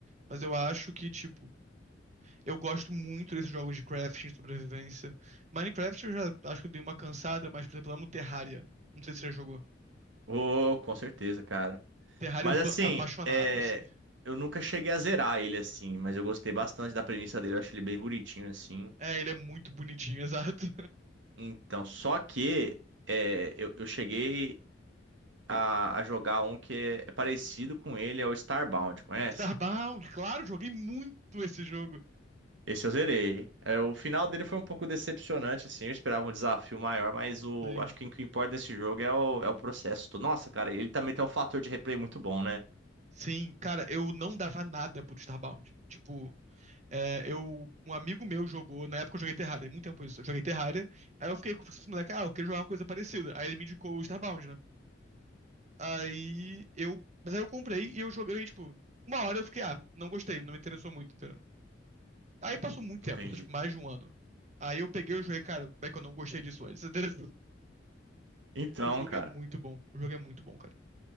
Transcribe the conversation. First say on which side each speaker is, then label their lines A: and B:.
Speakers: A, on the right; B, on the right.
A: Mas eu acho que, tipo, eu gosto muito desses jogos de crafting, sobrevivência. Minecraft eu já acho que eu dei uma cansada, mas, por exemplo, eu amo Terraria. Não sei se você já jogou.
B: Oh, com certeza, cara.
A: Terraria
B: Mas
A: eu sou
B: assim,
A: apaixonado,
B: é,
A: assim.
B: eu nunca cheguei a zerar ele assim, mas eu gostei bastante da premissa dele, eu acho ele bem bonitinho assim.
A: É, ele é muito bonitinho, <laughs> exato.
B: Então, só que é, eu, eu cheguei a, a jogar um que é parecido com ele, é o Starbound, conhece?
A: Starbound, claro, joguei muito esse jogo.
B: Esse eu zerei. É, o final dele foi um pouco decepcionante, assim, eu esperava um desafio maior, mas o,
A: Sim,
B: acho que o que importa nesse jogo é o, é o processo. Nossa, cara, ele também tem um fator de replay muito bom, né?
A: sim, cara, eu não dava nada por Starbound. Tipo, é, eu, um amigo meu jogou, na época eu joguei Terraria, muito tempo isso, eu joguei Terraria, aí eu fiquei com esse moleque, ah, eu queria jogar uma coisa parecida. Aí ele me indicou o Starbound, né? Aí eu, mas aí eu comprei e eu joguei, tipo, uma hora eu fiquei, ah, não gostei, não me interessou muito, entendeu? Aí passou muito tempo,
B: Entendi.
A: passou tipo mais de um ano. Aí eu peguei e joguei, cara, como é que eu não gostei disso antes? <laughs> entendeu?
B: Então,
A: O jogo
B: cara.
A: é muito bom, o jogo é muito bom, cara.